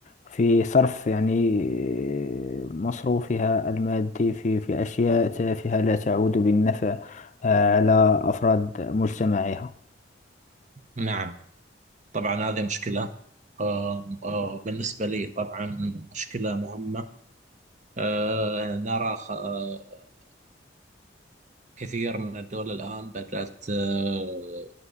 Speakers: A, on the left; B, on the right.
A: في صرف يعني آه، مصروفها المادي في في أشياء تافهة لا تعود بالنفع آه، على أفراد مجتمعها
B: نعم طبعا هذه مشكلة آه، آه، بالنسبة لي طبعا مشكلة مهمة آه، نرى خ- آه، كثير من الدول الآن بدأت آه،